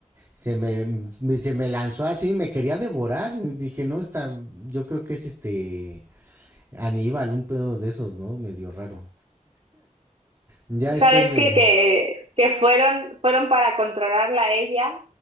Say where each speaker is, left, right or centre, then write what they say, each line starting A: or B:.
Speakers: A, on the right; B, on the right.
A: Se me, me- se me lanzó así, me quería devorar. y Dije, no, está, yo creo que es este Aníbal, un pedo de esos, ¿no? Medio raro. Ya después
B: ¿Sabes
A: me,
B: qué? Que, que fueron, fueron para controlarla a ella